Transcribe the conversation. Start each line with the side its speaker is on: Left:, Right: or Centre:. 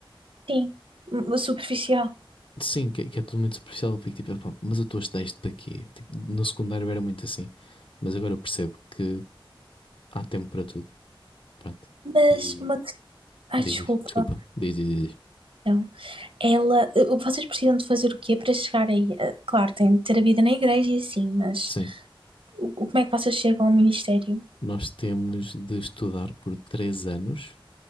Right: Sim. Hum, Superficial.
Left: Sim, que, que é tudo muito superficial. Eu fico tipo, "Epá, mas eu estou a estudar isto para quê? Tipo, no secundário era muito assim, mas agora eu percebo que há tempo para tudo. Pronto.
Right: Mas
Left: E
Right: uma questão. Ai,
Left: diz,
Right: desculpa.
Left: diz, desculpa, diz, diz, diz. diz.
Right: Então, ela. eh, Vocês precisam de fazer o quê para chegar aí? Eh, Claro, tem de ter a vida na igreja e assim, mas
Left: Sim,
Right: o- o- como é que vocês chegam ao ministério?
Left: nós temos de estudar por três anos